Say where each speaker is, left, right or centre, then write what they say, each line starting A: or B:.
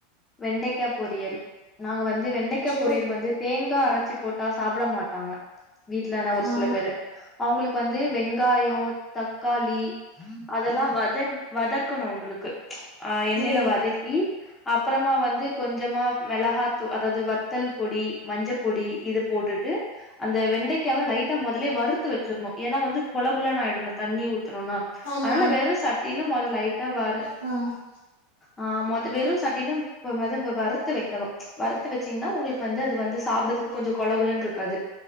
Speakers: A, on the left (about 20°); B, on the left (about 75°).
A: வெண்டைக்கா பொரியல் நாங்க வந்து இது வெண்டைக்கா
B: சோ
A: பொரியல் வந்து தேங்கா அரச்சி போட்டா சாப்ட மாட்டாங்க வீட்லனா ஒரு
B: ஆ
A: சில பேரு அவுங்களுக்கு வந்து வெங்காயொ தக்காளி அதெல்லா வதன் வதக்குணு அவுங்களுக்கு ஆ எண்ணெயில
B: இந்த
A: வதக்கி அப்பறமா வந்து கொஞ்சமா மெளகாத்தூ அதாவ்து வத் வத்தல் பொடி மஞ்ச பொடி இது போட்டுட்டு அந்த வெண்டைக்காவ லைட்டா மொதலே வறுத்து வச் வச்சிர்னு ஏன்னா வந்து கொலகுலன்னு ஆயிடுல்ல தண்ணி ஊத்துனொன்னா
B: ஆமா
A: அதனால வெறு சட்டில மொத லைட்டா வறு
B: ம்
A: ஆ மொத் வெறு சட்டிலும் பது வருத்து வைக்கணும் வருத்து வச்சீங்ன்னா உங்களுக்கு வந்து அது வந்து சாப்டதுக்கு கொஞ்சொ கொல கொலன்ருக் காது